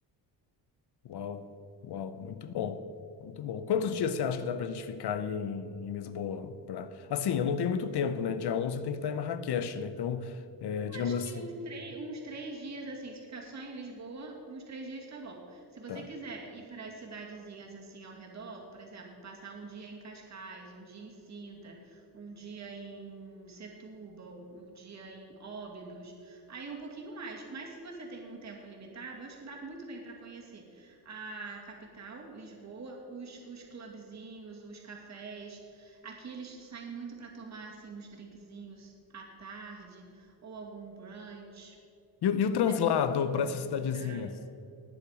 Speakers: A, on the left; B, on the right.
A: Uau, uau, muito bom, muito bom. Quantos dias você acha que dá pra gente ficar aí em, em Lisboa? Pra... Assim, eu não tenho muito tempo, né? Dia 11 eu tenho que estar em Marrakech, né? Então, é, digamos
B: acho
A: assim,
B: que uns três, uns três dias, assim, se ficar só em Lisboa, uns três dias tá bom. Se você
A: tá.
B: quiser ir para as cidadezinhas, assim, ao redor, por exemplo, passar um dia em Cascais, um dia em Sintra, um dia em Setúbal, um dia em Óbidos, aí um pouquinho mais. Mas se você tem um tempo limitado, eu acho que dá muito bem para conhecer a capital, Lisboa, os, os clubezinhos, os cafés. Aqui eles saem muito para tomar, assim, uns drinkzinhos à tarde ou algum brunch,
A: E, o e o translado
B: depois alguma coisa
A: para essas
B: cultural.
A: cidadezinhas?